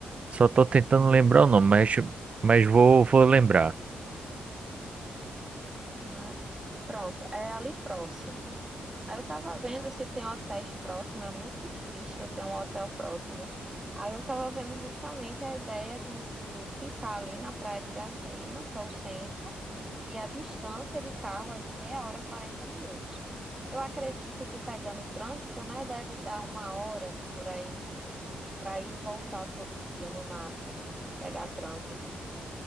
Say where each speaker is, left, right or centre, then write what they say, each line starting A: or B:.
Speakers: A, on the right; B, on the right.
A: Só tô tentando lembrar o nome, mas, mas vou, vou lembrar.
B: Não é? Pronto, é ali próximo. Aí eu tava vendo se tem hotéis próximos, é muito difícil ter um hotel próximo. Aí eu tava vendo justamente a ideia de ficar ali na Praia de Iracema, que é o centro, e a distância de carro é de meia hora e 40 minutos. Eu acredito que pegando o trânsito, né, deve dar uma hora por aí, para ir e voltar todo dia no máximo, se pegar trânsito.